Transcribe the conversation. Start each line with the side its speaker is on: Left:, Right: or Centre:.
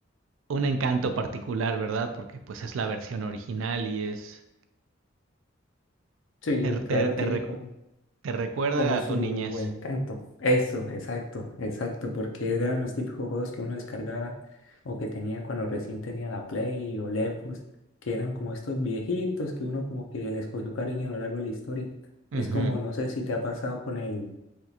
Right: un encanto particular, ¿verdad? Porque pues es la versión original y es
Left: Sí,
Right: Te, te-
Left: claro,
Right: te
Left: tiene
Right: recu-
Left: como,
Right: te recuerda
Left: como
Right: a
Left: su
Right: tu niñez.
Left: encanto. Eso, exacto, exacto, porque eran los típicos juegos que uno descargaba o que tenía cuando recién tenía la Play o la Xbox, que eran como estos viejitos que uno como que les cogió cariño a lo largo de la historia. Es
Right: Ujú,
Left: como, no sé si te ha pasado con el,